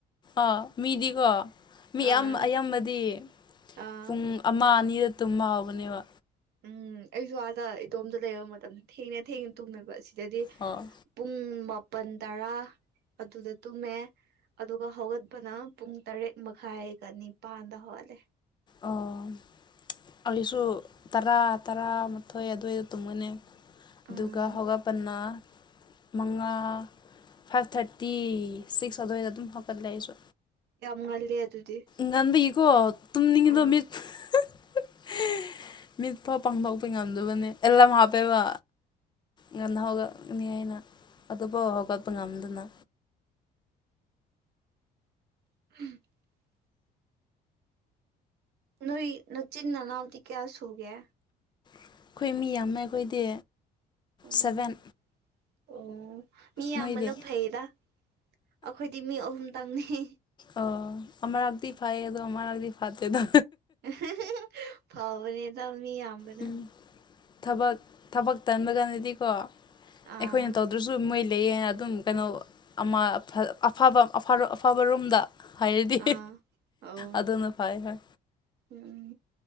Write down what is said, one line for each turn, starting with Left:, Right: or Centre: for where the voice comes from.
Left: ꯑꯥ ꯃꯤꯗꯤꯀꯣ ꯃꯤ
Right: ꯑꯥ
Left: ꯑꯌꯥꯝ ꯑꯌꯥꯝꯕꯗꯤ
Right: ꯑꯥ
Left: ꯄꯨꯡ ꯑꯃ ꯑꯅꯤꯗ ꯇꯨꯝꯃꯛꯑꯥꯕꯅꯦꯕ
Right: ꯎꯝ ꯑꯩꯁꯨ ꯑꯥꯗ ꯏꯇꯣꯝꯇ ꯂꯩꯕ ꯃꯇꯝꯗ ꯊꯦꯡꯅ ꯊꯦꯡꯅ ꯇꯨꯝꯃꯦꯕ ꯁꯤꯗꯗꯤ
Left: ꯑꯥ
Right: ꯄꯨꯡ ꯃꯥꯄꯜ ꯇꯔꯥ ꯑꯗꯨꯗ ꯇꯨꯝꯃꯦ ꯑꯗꯨꯒ ꯍꯧꯒꯠꯄꯅ ꯄꯨꯡ ꯇꯔꯦꯠ ꯃꯈꯥꯏꯒ ꯅꯤꯄꯥꯟꯗ ꯍꯧꯒꯠꯂꯦ
Left: ꯑꯣ ꯑꯩꯁꯨ ꯇꯔꯥ ꯇꯔꯥꯃꯥꯊꯣꯏ ꯑꯗꯨꯋꯥꯏꯗ ꯇꯨꯝꯒꯅꯤ ꯑꯗꯨꯒ
Right: ꯎꯝ
Left: ꯍꯧꯒꯠꯄꯅꯥ ꯃꯉꯥ ꯐꯥꯏꯚ ꯊꯥꯔꯇꯤ ꯁꯤꯛꯁ ꯑꯗꯨꯋꯥꯏꯗ ꯑꯗꯨꯝ ꯍꯧꯒꯠꯂꯦ ꯑꯩꯁꯨ
Right: ꯌꯥꯝ ꯉꯜꯂꯤ ꯑꯗꯨꯗꯤ
Left: ꯉꯥꯟꯕꯒꯤꯀꯣ ꯇꯨꯝꯅꯤꯡꯉꯗ
Right: ꯑꯥ
Left: ꯃꯤꯠ
Right: ꯎꯝ
Left: <unintelligible> ꯃꯤꯠꯐꯥꯎ ꯄꯥꯡꯊꯣꯛꯄ ꯉꯝꯗꯕꯅꯦ ꯑꯦꯂꯥꯝ ꯍꯥꯞꯄꯦꯕ ꯉꯥꯟꯅꯍꯧꯒꯠ ꯅꯤ ꯍꯥꯏꯅ ꯑꯗꯨꯐꯥꯎ ꯍꯧꯒꯠꯄ ꯉꯝꯗꯅ
Right: <unintelligible> ꯅꯣꯏ ꯅꯆꯤꯟꯅꯅꯥꯎꯗꯤ ꯀꯌꯥꯁꯨꯒꯦ
Left: ꯑꯩꯈꯣꯏ ꯃꯤ ꯌꯥꯝꯃꯦ ꯑꯩꯈꯣꯏꯗꯤ
Right: ꯎꯝ
Left: ꯁꯚꯦꯟ
Right: ꯑꯣ ꯃꯤ ꯌꯥꯝꯕꯅ
Left: ꯅꯣꯏꯗꯤ
Right: ꯐꯩꯗ ꯑꯩꯈꯣꯏꯗꯤ ꯃꯤ ꯑꯍꯨꯝꯇꯪꯅꯤ
Left: ꯑꯣ ꯑꯃꯔꯛꯗꯤ ꯐꯩꯌꯦ ꯑꯗꯣ ꯑꯃꯥ ꯂꯥꯛꯗꯤ ꯐꯠꯇꯦꯗ
Right: <unintelligible> ꯐꯥꯕꯅꯦꯗ ꯃꯤ ꯌꯥꯝꯕꯅ
Left: ꯎꯝ ꯊꯕꯛ ꯊꯕꯛ ꯇꯟꯕ ꯀꯥꯟꯗꯗꯤꯀꯣ
Right: ꯑꯥ
Left: ꯑꯩꯈꯣꯏꯅ ꯇꯧ ꯑꯗꯨꯁꯨ ꯃꯣꯏ ꯂꯩꯌꯦꯅ ꯑꯗꯨꯝ ꯀꯩꯅꯣ ꯑꯃ ꯑꯐꯕ ꯑꯐꯕ ꯔꯣꯝꯗ ꯍꯥꯏꯗꯤ
Right: ꯑꯥ ꯑꯣ
Left: ꯑꯗꯨꯅ ꯐꯩ ꯐꯣꯏ
Right: ꯎꯝ